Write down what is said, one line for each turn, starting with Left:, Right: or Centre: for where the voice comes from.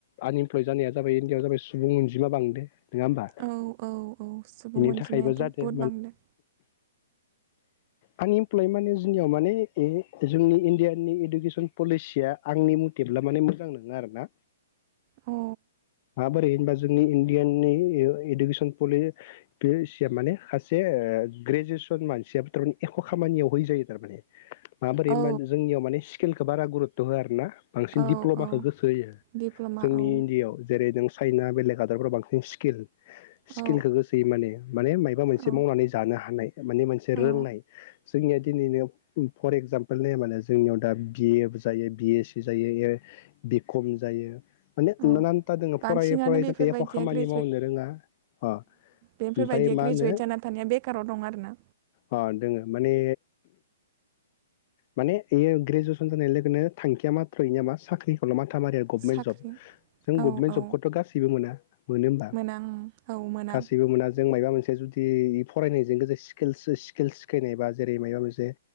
Left: आनइमप्लयड जानाया जाबाय इण्डियआव जाबाय सुबुं अनजिमा बांदो। नङा होमबा
Right: औ औ औ सुबुं
Left: बेनि
Right: अनजिमायाथ'
Left: थाखायबो जादो
Right: बहुद बांदो।
Left: आनइमप्लय माने जोंनियाव माने जोंनि इण्डियानि इडुकेसन पलिसिया आंनि मथे। ब्ला माने मोजां नोङा आरोना
Right: औ
Left: माबोरै होनबा जों नि इण्डियानि इडुकेसन पलि बे माने सासे ग्रेजुवेस मानसियो <unintelligible> एख' खामानियाव होयि जायो थारमाने माबाबोरै
Right: औ
Left: होमबा जोंनियाव माने स्किलखौ बारा गुरुत्थ' होआ आर ना। बांसिन
Right: औ
Left: दिप्ल'माखौ
Right: औ
Left: गोसो होयो
Right: दिप्ल'मा
Left: जोंनि
Right: औ
Left: इण्डियआव जेरै दों चाइना बेलेग हादराव बांसिन स्किल स्किलखौ
Right: औ
Left: गोसो होयो माने माने मायबा मोनसे
Right: औ
Left: मावनानै जानो हानाय माने मोनसे
Right: औ
Left: रोंनाय। जोंनिया दिनैनो फर एगजामपोल नाया मानोे जोंनियाव दा बिए बो जायो बिएस सि जायो। बियो बिखम जायो। माने <unintelligible>
Right: औ
Left: न्था जोङो
Right: बांसिनानो
Left: फरायै फरायै
Right: बेफोरबायदिया
Left: नाथाय एख' खामानि
Right: ग्रेजुवेट
Left: मावनो रोङा। अ
Right: बेफोरबायदिया
Left: ओमफ्राय मा
Right: ग्रेजुवेट
Left: होनो
Right: जाना थानाया बेखाराव दं आरो ना।
Left: अ दोङो माने माने इयो ग्रेजुवेसन जानाय लोगोनो थांखिया माथ्र' इनिया मा साख्रिखौल' माथ माथामारिया गभमेन्ट
Right: साख्रि
Left: जब जों
Right: औ
Left: गभमेन्ट
Right: औ
Left: जबखौथ' गासैबो मोना। मोनो होमबा?
Right: मोना उम औ मोना
Left: गासिबो मोना जों मायबा मोनसे जुदि इ फरायनायजों लोगो स्किलसो स्किल सिकेनेबा जेरै माबा मोनसे